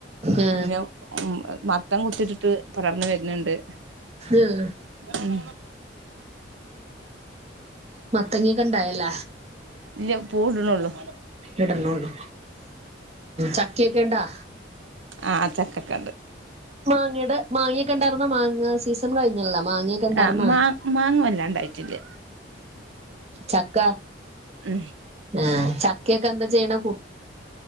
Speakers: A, on the right; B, on the right.
A: ആഹ്
B: പിന്നെ ഉം മത്തം കുത്തിട്ട്- ത്ത് പടർന്നു വരുന്നുണ്ട്
A: ആഹ്
B: ഉം
A: മത്തങ്ങിക്കെ ഇണ്ടായല്ല
B: ഇല്ല പൂ ഇടിനെയുള്ളു
A: ഇടണോന്ന് ചക്കയൊക്കെ ഇണ്ടാ
B: ആഹ് ചക്കക്കണ്ട്
A: മാങ്ങയുടെ മാങ്ങയൊക്കെ ഇണ്ടാർന്നാ മാങ്ങ സീസൺ കഴിഞ്ഞല്ലോ മാങ്ങയൊക്കെ ഇണ്ടാർന്നാ
B: ആ മാ മാങ്ങ വല്ലാണ്ടായിട്ടുണ്ട്
A: ചക്ക
B: ഉം
A: ആ ചക്കയൊക്കെ എന്ത് ചെയ്യണം